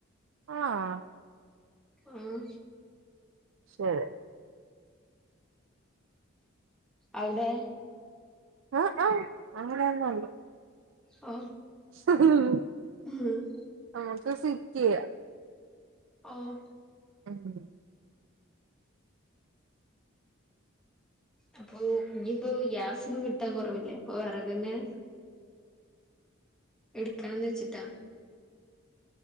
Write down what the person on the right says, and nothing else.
ആഹ്
ശെരി
ആഹ് ആഹ് അങ്ങനന്നൊണ്ട്
സ്ഹ്
നമുക്ക് സിക്കയ
<unintelligible>